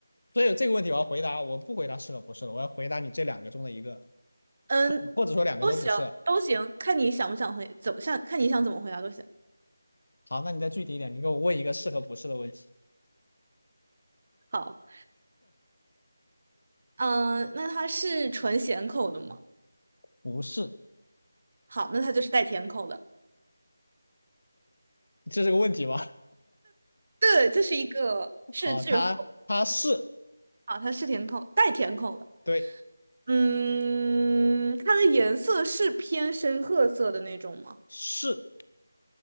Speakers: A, on the left (about 55°); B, on the right (about 35°).
A: 所以这个问题我要回答，我不回答是了不是了，我要回答你这两个中的一个，
B: 嗯，
A: 或者或者说两个都不是。
B: 都行，都行，看你想不想回，怎么想，看你想怎么回答都行。
A: 好，那你再具体一点，你给我问一个是和不是的问题。
B: 好，嗯，那它是纯咸口的吗？
A: 不是，
B: 好，那它就是带甜口的。
A: 这是个问题吧？
B: 对，这是一个是句号
A: <laughs> 好，它它是
B: 啊，它是甜口，带甜口的。
A: 对
B: 嗯，它的颜色是偏深褐色的那种吗？
A: 是